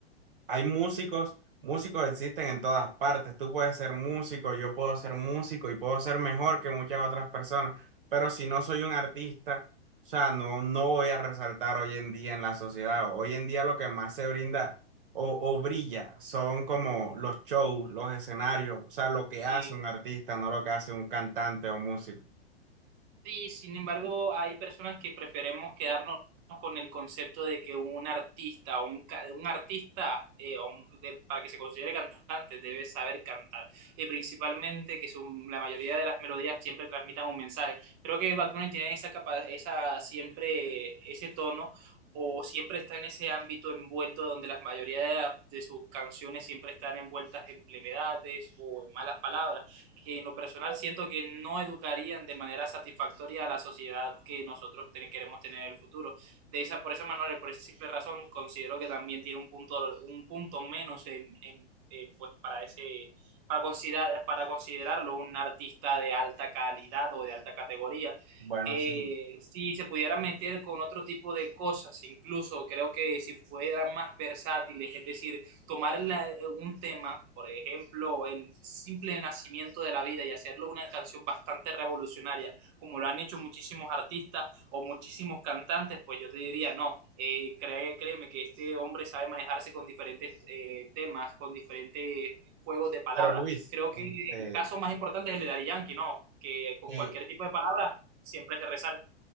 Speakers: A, on the right; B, on the right.
A: hay músicos, músicos existen en todas partes. Tú puedes ser músico, yo puedo ser músico y puedo ser mejor que muchas otras personas, pero si no soy un artista, o sea, no, no voy a resaltar hoy en día en la sociedad. Hoy en día lo que más se brinda o, o brilla son como los shows, los escenarios, o sea, lo que hace
B: Sí,
A: un artista, no lo que hace un cantante o músico.
B: Sí, sin embargo, hay personas que preferimos quedarnos con el concepto de que un artista o un, ca- un artista eh, o un- de- para que se considere cantante debe saber cantar y principalmente que su- la mayoría de las melodías siempre transmitan un mensaje. Creo que Bad Bunny tiene esa capa- esa siempre ese tono o siempre está en ese ámbito envuelto donde la mayoría de, la- de sus canciones siempre están envueltas en plevedades o en malas palabras que en lo personal siento que no educarían de manera satisfactoria a la sociedad que nosotros ten- queremos tener en el futuro. De esa, por esa manera, por esa simple razón, considero que también tiene un punto, un punto menos en, en, eh, pues para ese, para considerar, para considerarlo un artista de alta calidad o de alta categoría.
A: Bueno,
B: Eh,
A: sí,
B: si se pudieran meter con otro tipo de cosas, incluso creo que si fueran más versátiles, es decir, tomar la- eh, un tema, por ejemplo, el simple nacimiento de la vida y hacerlo una canción bastante revolucionaria, como lo han hecho muchísimos artistas o muchísimos cantantes, pues yo te diría, no, eh, cree- créeme que este hombre sabe manejarse con diferentes eh, temas, con diferentes juegos de palabras.
A: pero Luis,
B: Creo que
A: este,
B: el caso más importante es el de Daddy Yankee, ¿no? Que con
A: eh,
B: cualquier tipo de palabra siempre se resalta.